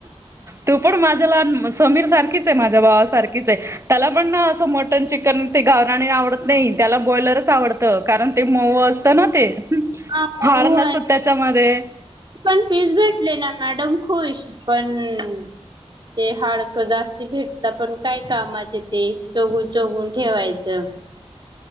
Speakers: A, on the right (about 25°); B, on the right (about 40°).
A: तू पण माझ्या लहान समीर सारखीच आहे. माझ्या भावा सारखीच आहे. त्याला पण ना, असं मटन चिकन ते गावराणे आवडत नाही त्याला ब्रॉयलरच- आवडत. कारण ते मऊ असत ना ते?
B: हा मऊ
A: हाड नसत
B: आणि
A: त्याच्यामध्ये.
B: पण पीस भेटले ना मॅडम खुश. पण- ते हाडकं जास्ती भेटतात. पण काय कामाचे ते? चोगू चोगून ठेवायचं.